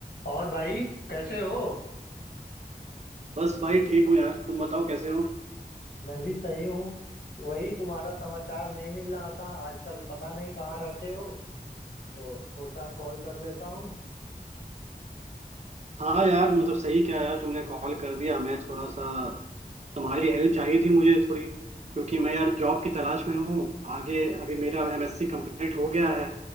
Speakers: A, on the left; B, on the right.
A: और भाई कैसे हो
B: बस भाई ठीक हूँ यार तुम बताओ कैसे हो
A: मैं भी सही हूँ वही तुम्हारा समाचार नहीं मिल रहा था आजकल पता नहीं कहाँ रहते हो तो सोचा कॉल कर लेता हूँ
B: हाँ यार मतलब सही क्या यार तुमने कॉल कर दिया मैं थोड़ा सा तुम्हारी हेल्प चाहिए थी मुझे थोड़ी क्योंकि मैं यार जॉब की तलाश में हूँ आगे अभी मेरा एमएससी कंप्लीट हो गया है